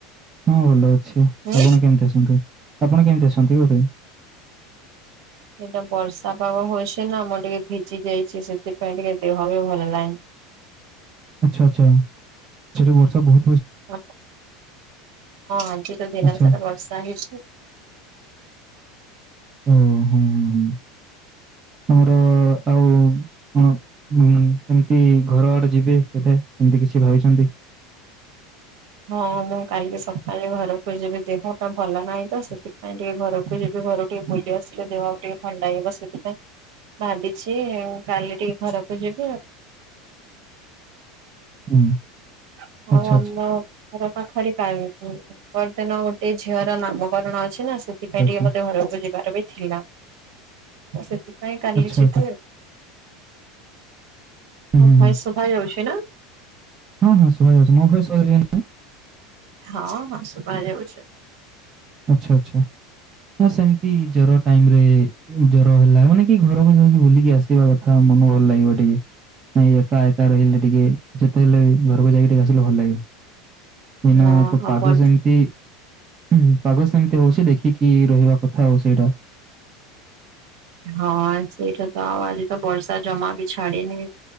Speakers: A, on the right; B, on the right.
A: ହଁ ଭଲ ଅଛି,
B: ହୁଁ
A: ଆପଣ କେମିତି ଅଛନ୍ତି? ଆପଣ କେମିତି ଅଛନ୍ତି <unintelligible>
B: ଏଇଟା ବର୍ଷା ପାଗ ହଉଛି ନା ମୁଁ ଟିକେ ଭିଜି ଯାଇଚି, ସେଥିପାଇଁ ଟିକେ ଦେହ ବି ଭଲ ନାହିଁ।
A: ଆଚ୍ଛା ଆଚ୍ଛା ସେଠି ବର୍ଷା ବହୁ
B: ହଁ ଆଜି ତ ଦିନ
A: ଆଚ୍ଛା,
B: ସାରା ବର୍ଷା ହେଇଛି।
A: ଓହୋ ହଁ ହଁ ଆମର ଆଉ ପଣ ଏମିତି ଘର ଆଡେ ଯିବେ କେବେ ଏମିତି କିଛି ଭାବିଛନ୍ତି?
B: ହଁ ମୁଁ କାଲି ସକାଳେ ଘରକୁ ଯିବି ଦେହଟା ଭଲ ନାହିଁ ତ ସେଥିପାଇଁ ଟିକେ ଘରକୁ ଯିବି ଘରକୁ ମୋର। ଟିକେ ବୁଲି ଆସିଲେ ଦେହକୁ ଟିକେ ଫଣ୍ଡା ଏ ବସିକିନା। ଭାବିଚି କାଲି ଟିକେ ଘରକୁ ଯିବି ଆଉ।
A: ହୁଁ,
B: <unintelligible> ନ।
A: ଆଚ୍ଛା, ଆଚ୍ଛା,
B: ଘର ପାଖରେ କାର୍ଡ <unintelligible> ପରଦିନ ଗୋଟେ ଝିଅର ନାମକରଣ ଅଛି ନା ସେ ସେଥିପାଇଁ
A: ଆଚ୍ଛା, ଆଚ୍ଛା,
B: ଟିକେ ମତେ ଘରକୁ ଯିବାର ବି ଥିଲା, ତ ସେଥିପାଇଁ କାଲି
A: ଆଚ୍ଛା,
B: ଯିବି
A: ଆଚ୍ଛା।
B: ଆଉ।
A: ହୁଁ,
B: ମୋ
A: ହୁଁ,
B: ଭଏସ
A: ହୁଁ।
B: ଶୁଭା ଯାଉଚି ନା?
A: ହଁ ହଁ ଶୁଭା ଯାଉଚି, ମୋ ଭଏସ ଶୁଭା ଯାଉଚି ନା।
B: ହଁ ହଁ ଶୁଭା ଯାଉଛି।
A: ଆଚ୍ଛା ଆଚ୍ଛା ହଁ ସେମିତି ଜର ଟାଇମ ରେ ଜର ହେଲା ମାନେ କି ଘରକୁ ଯାଇକି ବୁଲିକି ଆସିବା କଥା ମନ ଭଲ ଲାଗିବ ଟିକେ। ନାଇ ଏକା ଏକା ରହିଲେ ଟିକେ ଯେତେ ହେଲେ ବି ଘରକୁ ଯାଇକି ଟିକେ ଆସିଲେ ଭଲ ଲାଗିବ। ଏଇନା
B: ହଁ
A: ତ ପାଗ ସେମତି ଉ ହୁଁ ପାଗ ସେମିତି ହଉଛି ଦେଖିକି ରହିବା କଥା ଆଉ ସେଇଟା।
B: ହଁ ସେଇଟା ତ ଆଉ ଆଜି ତ ବର୍ଷା ଜମା ବି ଛାଡିନି।